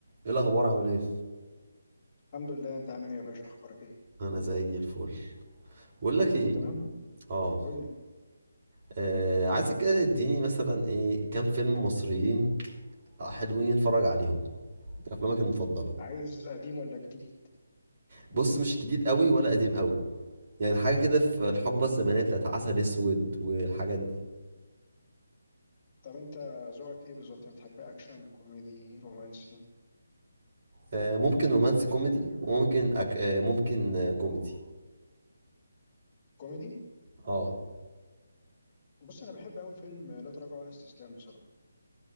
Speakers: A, on the right; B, on the left.
A: ايه الاخبار عامل ايه
B: الحمد لله انت عامل ايه يا باشا اخبارك ايه
A: انا زي الفل بقول لك
B: كله
A: ايه
B: تمام
A: اه
B: قول لي
A: آه، عايزك كده تديني مثلا ايه كام فيلم مصريين حلوين اتفرج عليهم افلامك المفضله
B: عايز قديم ولا جديد
A: بص مش جديد قوي ولا قديم قوي يعني حاجه كده في الحقبه الزمنيه بتاعت عسل اسود والحاجات دي
B: طب انت ذوقك ايه بالظبط يعني بتحب اكشن كوميدي رومانسي
A: آه، ممكن رومانسي كوميدي وممكن أك... آه، ممكن آه، كوميدي
B: كوميدي
A: اه
B: بص انا بحب قوي فيلم لا تراجع ولا استسلام بصراحه